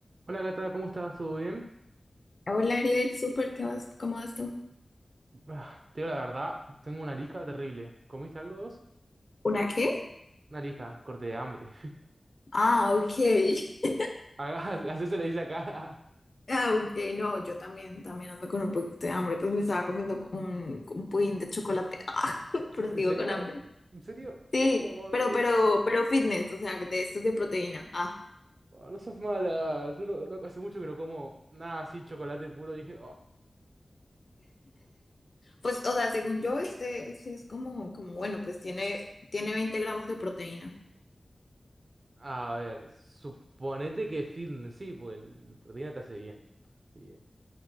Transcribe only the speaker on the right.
Hola Cata, ¿cómo estás? ¿Todo bien?
Bah, te digo la verdad, tengo una lija terrible. ¿Comiste algo vos?
Una lija, corte de hambre.
<laughs> Acá, así se le dice acá.
<laughs>
¿En
serio?
¿En serio?
Oh,
me-
oh, no sos mala. Yo no- no- hace mucho que no como nada así, chocolate puro. Dije, oh.
A ver, suponete que fitness, sí, pues el proteína te hace bien. Sí.